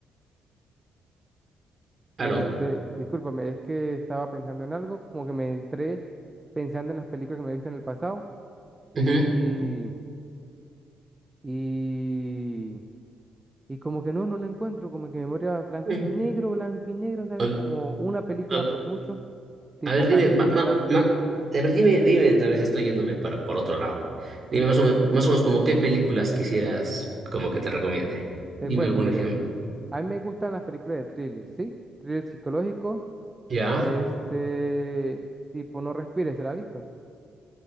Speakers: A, on the right; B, on the right.
A: Aló.
B: este, discúlpame, es que estaba pensando en algo, como que me entré pensando en las películas que me he visto en el pasado y,
A: Ujú.
B: y, y como que no, no la encuentro, como que memoria blanco
A: Sí.
B: y negro, blanco y negro, salen
A: Ol-
B: como una película
A: ol-
B: por mucho, tipo
A: A ver, dime,
B: Cantiflas
A: ma- ma- ma- a ver, dime, dime, a veces estoy yéndome para por otro lado. Dime más o menos, más o menos como qué películas quisieras como que te recomiende.
B: Te
A: Dime
B: cuento,
A: algún
B: mire.
A: ejemplo.
B: A mí me gustan las películas de thriller, ¿sí? Thriller psicológico.
A: ¿Ya?
B: Este, tipo, No respires, ¿se la ha visto?